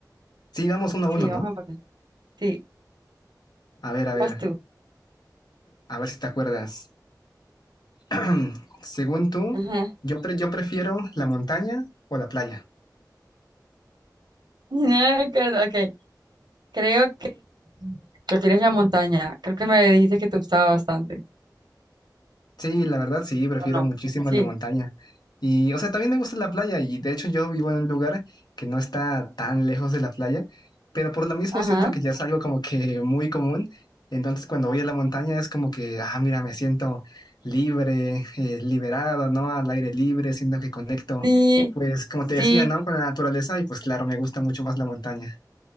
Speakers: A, on the left; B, on the right.
A: Sí, vamos uno a
B: Sí,
A: uno,
B: vamos
A: ¿no?
B: empatados. Sí,
A: A ver, a ver,
B: vas tú.
A: a ver si te acuerdas. <clears throat> Según tú,
B: Ajá. <laughs>
A: yo, pre- yo prefiero la montaña o la playa.
B: No, claro acuerdo, ok. Creo que prefieres la montaña. Creo que me dijiste que te gustaba bastante.
A: Sí, la verdad sí, prefiero
B: ¿O no?
A: muchísimo
B: Sí.
A: la montaña. Y, o sea, también me gusta la playa y de hecho yo vivo en un lugar que no está tan lejos de la playa, pero por lo mismo
B: Ajá.
A: siento que ya es algo como que muy común. Entonces cuando voy a la montaña es como que, ah, mira, me siento libre, eh, liberado, ¿no? Al aire libre, siento que conecto,
B: Sí,
A: pues como te
B: sí,
A: decía, ¿no? Con la naturaleza y pues claro, me gusta mucho más la montaña.